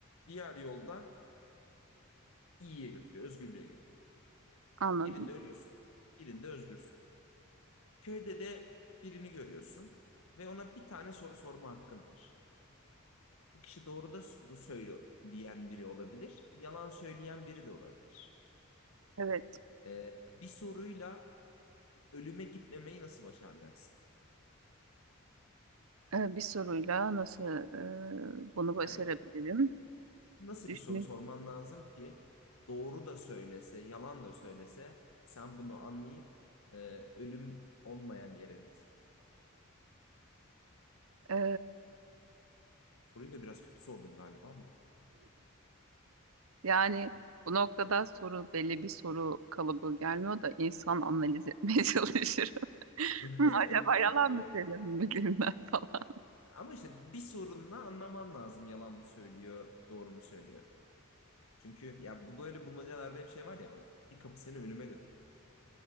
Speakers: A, on the left (about 85°); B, on the right (about 75°).
A: Diğer yolda iyiye götürüyor, özgürlüğe götürüyor.
B: anladım.
A: Birinde ölüyorsun, birinde özgürsün. Köyde de birini görüyorsun ve ona bir tane soru sorma hakkın var. Bu kişi doğru da s- da söyleyen biri olabilir, yalan söyleyen biri de olabilir.
B: Evet,
A: E, bir soruyla ölüme gitmemeyi nasıl başaracaksın?
B: e, bir soruyla nasıl e, bunu başarabilirim?
A: Yani Nasıl
B: Düşünün.
A: bir soru sorman lazım ki doğru da söylese, yalan da söylese sen bunu anlayıp e, ölüm olmayan yere git.
B: E,
A: Soruyu da biraz kötü sordum galiba ama.
B: yani bu noktada soru belli bir soru kalıbı gelmiyor da insan analiz etmeye <laughs> çalışır.
A: <laughs>
B: Hmm, acaba yalan
A: O
B: mı söylemiyorum ben <laughs> falan.
A: ama işte bir sorunla anlaman lazım yalan mı söylüyor, doğru mu söylüyor. Çünkü ya bu böyle bulmacalarda hep şey var ya bir kapı seni ölüme götürecek.